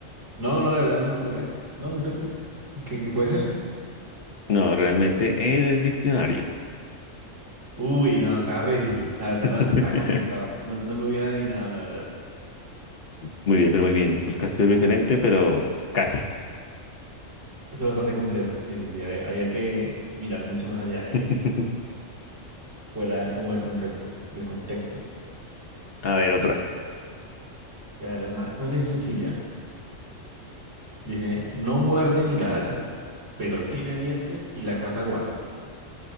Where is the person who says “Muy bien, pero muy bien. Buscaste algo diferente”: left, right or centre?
Left